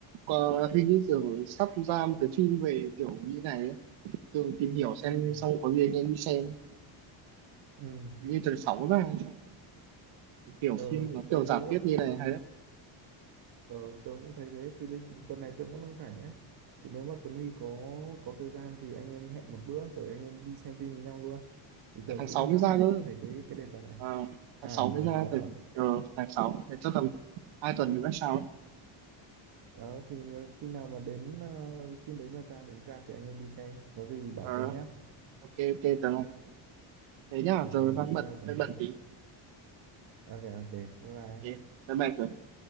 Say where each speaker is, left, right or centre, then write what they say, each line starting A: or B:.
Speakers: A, on the right (about 70°); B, on the right (about 45°).
A: có, hình như Tường sắp ra một cái phim về kiểu như này ấy. Tường tìm hiểu xem
B: ừ,
A: xong có gì anh em đi xem
B: ừ.
A: như tháng 6 ra hay sao? kiểu
B: Ờ,
A: phim nó
B: đấy
A: kiểu
B: đấy
A: giả
B: là
A: thuyết như này hay lắm
B: Ờ, Tường cũng thấy thế thì bây tuần này Tường cũng đang rảnh ấy thì nếu mà Tuấn Huy có có thời gian thì anh em hẹn một bữa rồi anh em đi xem phim với nhau luôn thì
A: À,
B: Tường
A: tháng
B: cũng
A: 6 mới
B: rất
A: ra
B: thích
A: cơ
B: về cái cái đề tài này
A: à,
B: à
A: tháng 6 mới
B: tháng
A: ra
B: 6
A: từ
B: à
A: ờ, tháng 6 thì chắc tầm hai tuần nữa sao ấy.
B: ờ, thì ờ, khi nào mà đến ờ, phim đấy mà ra đến ra thì anh em đi xem có gì bảo
A: Ờ,
B: Tường nhá
A: ok ok Tường ơi. thế nhá
B: ok
A: giờ
B: bye
A: đang bận
B: bye Tuấn
A: đang bận
B: Huy
A: tí
B: ok ok bye bye
A: Ok, bye bye Tường